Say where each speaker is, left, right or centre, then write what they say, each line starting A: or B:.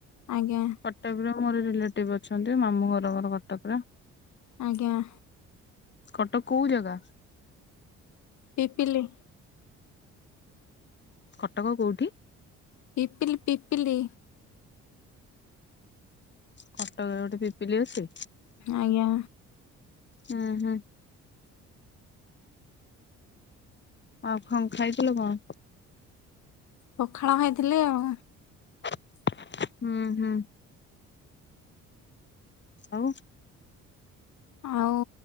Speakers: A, on the left; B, on the left.
A: ଆଜ୍ଞା।
B: କଟକରେ ମୋର ରିଲେଟିଭ ଅଛନ୍ତି ମାମୁଁ ଘର ଘର କଟକରେ।
A: ଆଜ୍ଞା।
B: କଟକ କୋଉଁ ଜାଗା?
A: ପିପିଲି
B: କଟକ କୋଉଁଠି?
A: ପିପିିଲି ପିପିିଲି।
B: କଟକରେ ଗୋଟେ ପିପିଲି ଅଛି?
A: ଆଜ୍ଞା।
B: ହୁ ହୁଁ। ଆଉ କଣ ଖାଇଥିଲ କଣ?
A: ପଖାଳ ଖାଇଥିଲି ଆଉ।
B: <unintelligible> ହୁଁ ହୁଁ। ଆଉ।
A: ଆଉ